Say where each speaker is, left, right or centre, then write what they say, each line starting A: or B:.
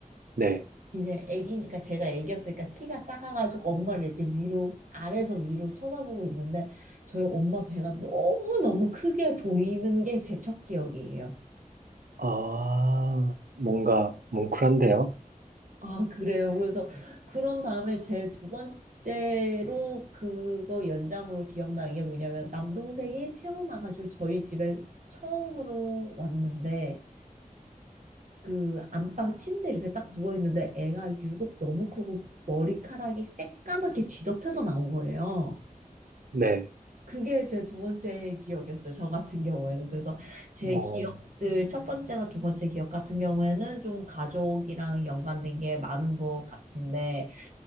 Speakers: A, on the right; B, on the right.
A: 네.
B: 이제 애기니까 제가 애기였으니까 키가 작아가지고 엄마를 이렇게 위로 아래에서 위로 쳐다보고 있는데 저희 엄마 배가 너무너무 크게 보이는 게 제 첫 기억이에요.
A: 아, 뭔가 뭉클한데요?
B: 아, 그래요. 그래서 그런 다음에 제 두 번째로 그거 연장으로 기억나는 게 뭐냐면 남동생이 태어나가지고 저희 집에 처음으로 왔는데 그 안방 침대 이렇게 딱 누워 있는데 애가 유독 너무 크고 머리카락이 새까맣게 뒤덮여서 나온 거예요.
A: 네.
B: 그게 제 두 번째 기억이었어요. 저 같은 경우에는. 그래서 제
A: 어,
B: 기억들, 첫 번째나 두 번째 기억 같은 경우에는 좀 가족이랑 연관된 게 많은 것 같은데,